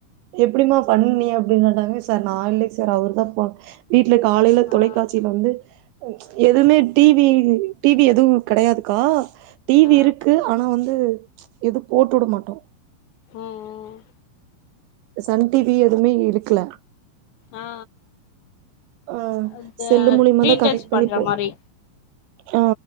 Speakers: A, on the right; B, on the left.
A: எப்படிமா பண்ணியா அப்டின் கேட்டாங்க சார் நா இல்ல சார் அவுர் தா போ வீட்டுல காலைல தொலைக்காட்சி
B: ஆ
A: யில வந்து ம் எதும்மே டிவி டிவி எதுவு கடையாதுக்கா டிவி
B: ஆ
A: இருக்கு ஆனா வந்து எது போட்டு உட மாட்டோ
B: ம் ம்
A: சன் டிவி எதுவுமே எடுக்கல
B: ஆ ஆ
A: அ
B: அந்த
A: செல்லு மூலியமாதா
B: ரீசார்ஜ்
A: கனெக்ட்
B: பண்ற
A: பண்ணி போ
B: மாரி
A: ஆ